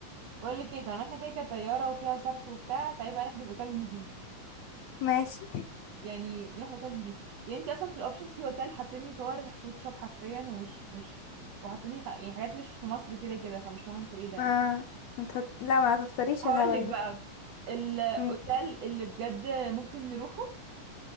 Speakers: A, on the right (about 70°); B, on the left (about 65°).
A: بقول لك ايه طالما احنا كده كده طيارة وفيها صرف وبتاع تعالي بقى نحجز اوتيل نضيف
B: ماشي
A: يعني نروح اوتيل نضيف يعني انت اصلا في الاوبشنز في اوتيل حاطيني صور فود شوب حرفيا ومش مش وحاطيني خ... يعني حاجات مش في مصر كده كده فمش فاهمه انتوا ايه ده
B: اه
A: اصلا
B: انت هت... لا ما هتختاريش
A: هقول
B: الهبل
A: لك بقى
B: ده
A: الاوتيل
B: مم.
A: اللي بجد ممكن نروحه